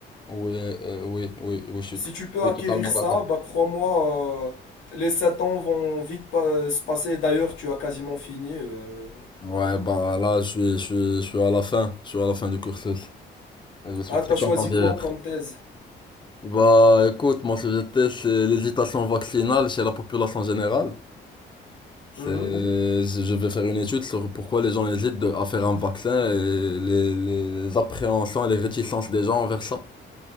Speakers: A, on the left; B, on the left.
A: Oui, euh, oui, oui, oui, je suis,
B: Si
A: je
B: tu peux acquérir
A: suis totalement
B: ça,
A: d'accord.
B: bah crois-moi, euh, les 7 ans vont vite pas- se passer. D'ailleurs, tu as quasiment fini. euh.
A: ouais, bah là, je suis, je suis, je suis à la fin, je suis à la fin du cursus. Je suis
B: Ah,
A: très
B: t'as choisi
A: content d'y
B: quoi
A: être.
B: comme thèse?
A: Bah écoute, mon sujet de thèse, c'est l'hésitation vaccinale chez la population générale. C'est,
B: Mhm.
A: je vais faire une étude sur pourquoi les gens hésitent de- à faire un vaccin et les, les appréhensions et les réticences des gens envers ça.